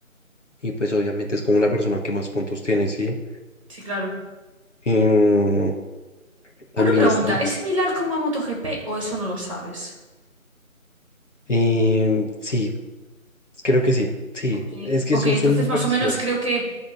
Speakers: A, on the left; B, on the right.
A: y pues obviamente es como la persona que más puntos tiene, ¿sí?
B: sí, claro.
A: Em, también
B: Una pregunta,
A: están.
B: ¿es similar como a MotoGP o eso no lo sabes?
A: Em, sí, creo que sí. Sí,
B: Ok,
A: es que
B: ok,
A: son,
B: entonces
A: son muy parecidas.
B: más o menos creo que,